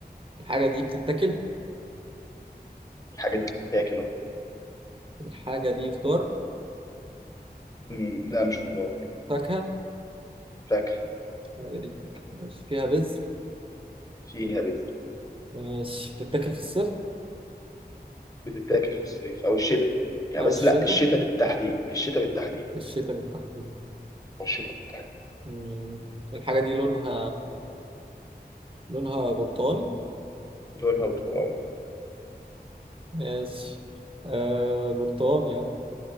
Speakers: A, on the right; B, on the left.
A: الحاجه دي بتتاكل
B: الحاجة دي بتتاكل أهو.
A: الحاجه دي خضار
B: مم، لا مش خضار
A: فاكهه
B: فاكهة
A: الحاجه دي فاكهه ماشي فيها بذر
B: فيها بذر
A: ماشي بتتاكل في الصيف
B: بتتاكل في الصيف أو الشتاء يعني
A: أو
B: بس
A: الشتاء
B: لا الشتاء بالتحديد الشتاء بالتحديد
A: الشتاء بالتحديد
B: والشتاء بالتحديد
A: مم. الحاجة دي لونها لونها برتقاني
B: اللي هو البرتقال
A: ماشي آه برتقاني يعني